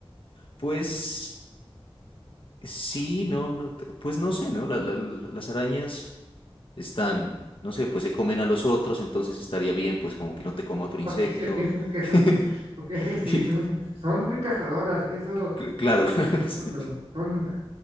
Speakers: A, on the left; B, on the right.
A: Pues sí, no, no, te- pues no sé, ¿no? La- la- la- las arañas están, no sé, pues se comen a los otros, entonces estaría bien, pues como que no te coma otro insecto.
B: Ok, <laughs> ok, porque son,
A: <laughs>
B: ok, sí,
A: Y-
B: son, son muy cazadoras, eso
A: Cl- Claro, <laughs>
B: es
A: sí.
B: cierto. Son